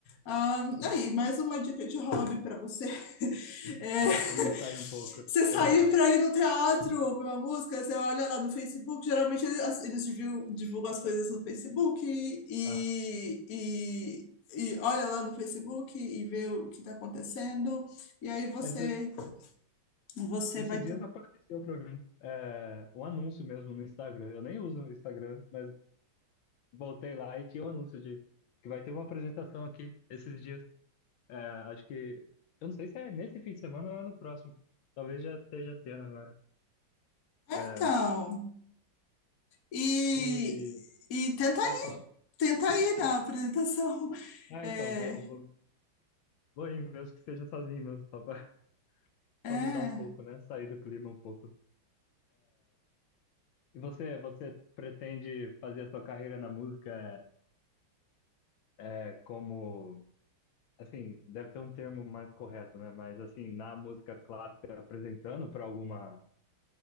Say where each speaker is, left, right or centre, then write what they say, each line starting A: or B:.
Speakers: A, on the left (about 55°); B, on the left (about 70°).
A: ah, aí, mais uma dica de hobby para você. É,
B: É,
A: <laughs>
B: pra mim sair um pouco.
A: Você sair
B: Exato.
A: para ir no teatro ouvir uma música, você olha lá no Facebook, geralmente eles, eles divulgam, divulgam as coisas no Facebook e,
B: Ah,
A: e, e olha lá no Facebook e vê o que está acontecendo, e aí você,
B: esse-
A: você
B: esses
A: vai. ter-
B: dias apareceu para mim é, um anúncio mesmo no Instagram. Eu nem uso o Instagram, mas voltei lá e tinha um anúncio de que vai ter uma apresentação aqui esses dias. É, acho que. Eu não sei se é nesse fim de semana ou é no próximo. Talvez já esteja tendo agora.
A: É,
B: É,
A: então, e,
B: e
A: e tenta,
B: pode falar.
A: tenta ir na apresentação. <laughs>
B: Ah,
A: É,
B: então, vou, vou, vou ir mesmo que seja sozinho mesmo, só pra, <laughs>
A: é,
B: pra mudar um pouco, né? Sair do clima um pouco. E você, você pretende fazer a sua carreira na música é, é como. Assim, deve ter um termo mais correto, né? Mas assim, na música clássica, apresentando para alguma